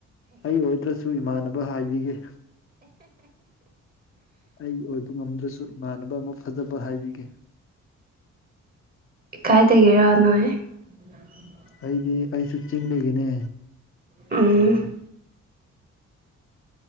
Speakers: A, on the left (about 45°); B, on the right (about 30°).
A: ꯑꯩ ꯑꯣꯏꯗ꯭ꯔꯥꯁꯨ ꯏꯃꯥꯟꯅꯕ ꯍꯥꯏꯕꯤꯒꯦ ꯑꯩ ꯑꯣꯏꯕ ꯉꯝꯗ꯭ꯔꯁꯨ ꯏꯃꯥꯟꯅꯕ ꯑꯃ ꯐꯖꯕ ꯍꯥꯏꯕꯤꯒꯦ
B: ꯀꯥꯏꯗꯒꯤꯔ ꯅꯣꯏ <unintelligible>
A: ꯑꯩꯗꯤ ꯑꯩꯁꯨ ꯆꯤꯡꯗꯒꯤꯅꯦ꯫
B: ꯎꯝ